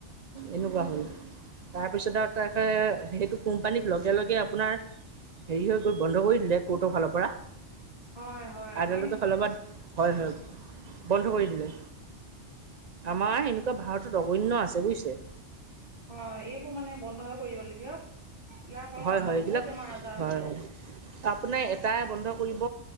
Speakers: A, on the right; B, on the left.
A: এনেকুৱা হ'ল তাৰপিছত আৰু তে সেইটো কোম্পানীক লগে লগে আপোনাৰ হেৰি হৈ গ'ল বন্ধ কৰি দিলে কোৰ্টৰ ফালৰ পৰা
B: হয় হয়
A: আদালতো
B: হয় নেকি
A: ফালৰ পৰা হয়- হয় বন্ধ কৰি দিলে আমাৰ এনেকুৱা ভাৰতত অগণ্য আছে বুজিছো। আছে।
B: হয় এইবোৰ মানে বন্ধ হৈ কৰি দিব লাগিব ইয়াৰ ফলত
A: হয়
B: মানুহৰ
A: হয়
B: বহুত
A: এইবিলাক
B: বেমাৰ আজাৰ হৈছে
A: হয় হয় আপোনাৰ এটা বন্ধ কৰিব